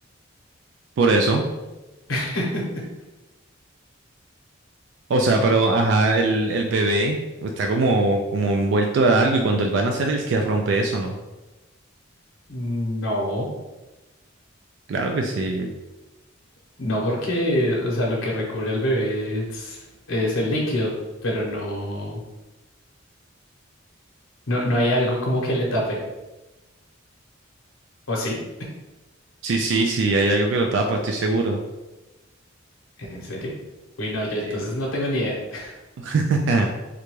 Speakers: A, on the right (about 60°); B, on the left (about 80°).
A: por eso.
B: <laughs>
A: O sea, pero ajá, el, el bebé está como, como envuelto de algo y cuando él va a nacer el que rompe eso, ¿no?
B: No.
A: Claro que sí.
B: No porque, o sea, lo que recubre al bebé es, es el líquido, pero no, no, no hay algo como que le tape. ¿O sí?
A: Sí, sí, sí, hay algo que lo tapa, estoy seguro.
B: ¿En serio? Uy, no, yo entonces
A: Sí.
B: no tengo ni idea. <laughs>
A: <laughs>